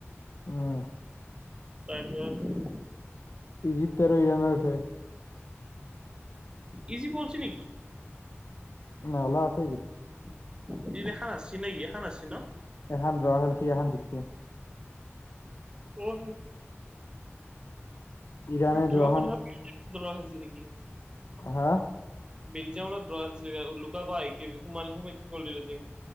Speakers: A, on the left; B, on the right.
A: উম
B: তাৰপিছত
A: ইজিপ্ত আৰু ইৰাণৰ আছে।
B: ইজিপ্ত অলচি নকি?
A: নাই অওলা আছে য <unintelligible>
B: এখান হাৰচি নেকি, এখান হাৰচি ন'?
A: এহান দ্ৰ খেলচি, এখান জিকচি।
B: অহ।
A: ইৰাণে
B: দ্ৰ
A: যোৱাখন
B: কোনখন <unintelligible> ছিল নেকি?
A: হাহ?
B: বেলজিয়ামৰ লগত দ্ৰ খেলছি। লুকা আকৌ আহি কি সোমা সোমাইকি গ'ল দি দিছি।